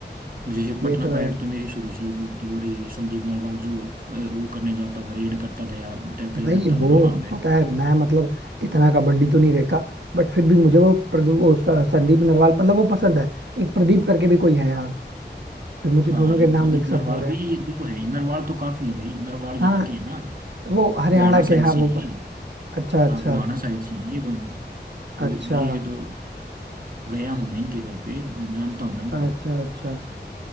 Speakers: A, on the right; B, on the right.
A: मुझे जैसे पटना
B: ये तो है
A: पायरेट तो मेरी शुरू से ही बहुत वो रही है संदीप नरवार जो अ, वो करने जाता था रेड करता था या टैकल
B: भाई
A: करता
B: वो
A: था ना वहां पे
B: पता है मैं मतलब इतना कबड्डी तो नहीं देखा बट फिर भी मुझे वो प्रदू वो स- संदीप नरवाल मतलब वो पसंद है एक प्रदीप करके भी कोई है यार फिर मुझे
A: हाँ
B: दोनों
A: ये
B: के नाम
A: प्रदीप
B: मिक्सअप
A: नरवाल
B: हो रहे
A: भी
B: हैं
A: ये दो है नरवाल तो काफी है भाई नरवाल
B: हाँ
A: यहाँ के है ना
B: वो हरियाणा
A: गोहाना साइड
B: के हाँ
A: से
B: वो
A: ही
B: अच्छा अच्छा
A: हाँ गोहाना साइड से ही ये दोनों
B: अच्छा
A: और ये तो गया हूँ मैं इनके घर पे जानता हूँ मैं
B: अच्छा
A: इनको
B: अच्छा